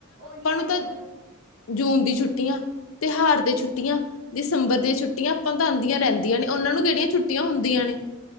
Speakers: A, on the right; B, on the left.
A: ਉਹੀ ਐ
B: ਤਾਂ
A: ਹੁਣ।
B: ਜੂਨ ਦੀ ਛੁੱਟੀਆਂ, ਤਿਉਹਾਰ ਤੇ ਛੁੱਟੀਆਂ ਦਸੰਬਰ ਦੀਆਂ ਛੁੱਟੀਆਂ ਤਾਂ ਆਪਾ ਨੂੰ ਤਾਂ ਆਦੀਆਂ ਰਹਿੰਦੀਆਂ ਨੇ ਉਹਨਾਂ ਨੂੰ ਕਿਹੜੀਆਂ ਛੁੱਟੀਆਂ ਹੁੰਦੀਆਂ ਨੇ।